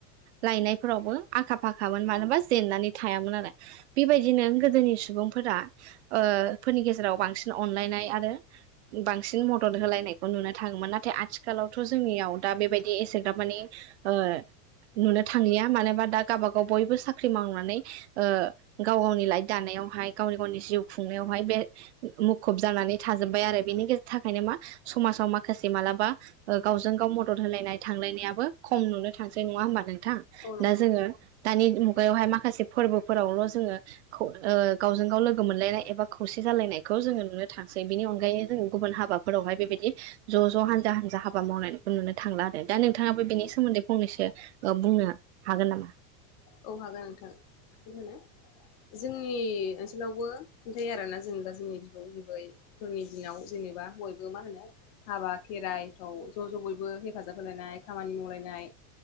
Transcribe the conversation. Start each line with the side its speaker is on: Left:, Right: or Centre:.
Right: लायनायफोराव वबो आखा फाखामोन मानोबा जेननानै थायामोन आरो बेबायदिनो गोदोनि सुबुंफोरा ओ फोरनि गेजेराव बांसिन अनलायनाय आरो बांसिन मदद होलायनायखौ नुनानै थाङोमोन नाथाय आथिखालावथ' जोंनियाव दा बेबायदि एसेग्राब माने ओ नुनो थांलिया मानोबा दा गावबागाव बयबो साख्रि मावनानै ओ गाव गावनि लाइफ दानाय यावहाय गावनि गावनि जिउ खुंनायावहाय बे मुखुब जानानै थाजोब्बाय आरो बेनि गे थाखायनो मा समासाव माखासे मालाबा ओ गावजों गाव मदद होलायनाय थांलायनायाबो खम नुनो थांसै नङा होमबा नों थां
Left: औ नंगौ
Right: दा
Left: नोंथां
Right: जोङो दानि मुगायावहाय माखासे फोरबोफोरावल' खौ ओ जोङो गावजों गाव लोगो मोनलायनाय एबा खौसे जालायनाय खौ जोङो नुनो थांसै बिनि अनगायै जों गुबुन हाबाफोरावहाय बेबायदि ज' ज' हानजा हानजा हाबा मावनायखौ नुनो थांला आरो दा नोंथाङाबो बेनि सोमोन्दै फंनैसो ओ बुंनो हागोन नामा?
Left: औ हागोन नोंथां बे होनो जोंनि ओनसोलावबो खिन्थायो आरोना जेनेबा जोंनि बिबौ बिबैफोरनि दिनाव जेनेबा बयबो मा होनो हाबा खेराइफ्राव ज' ज' बयबो हेफाजाब होलायनाय खामानि मावलायनाय